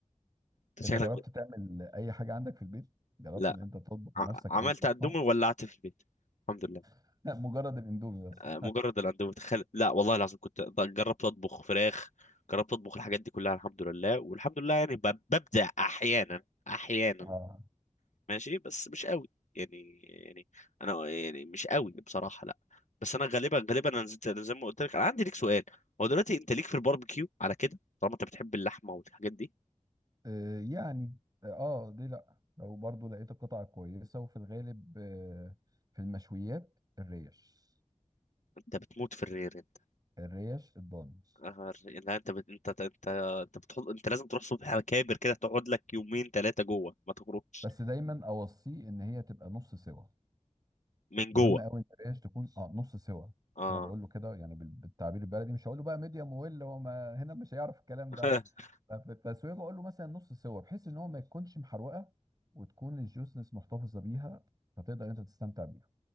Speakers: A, on the left (about 75°); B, on the right (about 30°).
A: انت
B: انت
A: شكلك
B: جربت
A: ب-
B: تعمل اي حاجه عندك في البيت جربت
A: لا
B: ان انت تطبخ بنفسك
A: ع-
B: اي
A: عملت
B: طبخه
A: قدومي وولعت في البيت الحمد لله
B: <laughs> لا، مجرد الاندومي بس
A: آه،
B: <laughs>
A: مجرد الاندومي تخيل لا والله العظيم كنت جربت اطبخ فراخ جربت اطبخ الحاجات دي كلها الحمد لله والحمد لله يعني ب- ببدع احيانا احيانا
B: اه
A: ماشي بس مش قوي يعني يعني انا يعني مش قوي بصراحه لا بس انا غالبا غالبا انا زي زي ما قلت لك انا عندي ليك سؤال هو دلوقتي انت ليك في الباربيكيو على كده طالما انت بتحب اللحمه والحاجات دي
B: آه، يعني اه دي لا لو برضو لقيت القطعة كويسة وفي الغالب آه، في المشويات الريش
A: انت بتموت في الرير انت
B: الريش الضاني
A: آه، الرير- لا انت بت... انت انت انت بتحط انت لازم تروح صبح على كابر كده تقعد لك يومين ثلاثه جوه ما تخرجش
B: بس دايما اوصيه ان هي تبقى نص سوا
A: من
B: مهم
A: جوه
B: قوي ان الريش تكون اه نص سوا
A: اه
B: انا بقول له كده يعني بال- بالتعبير البلدي مش هقول له بقى ميديم ويل هو ما هنا مش هيعرف الكلام
A: <laughs>
B: ده ففي التسويه بقول له مثلا نص سوا بحيث ان هو ما يكونش محروقه وتكون الجوسنس محتفظه بيها فتقدر انت تستمتع بيها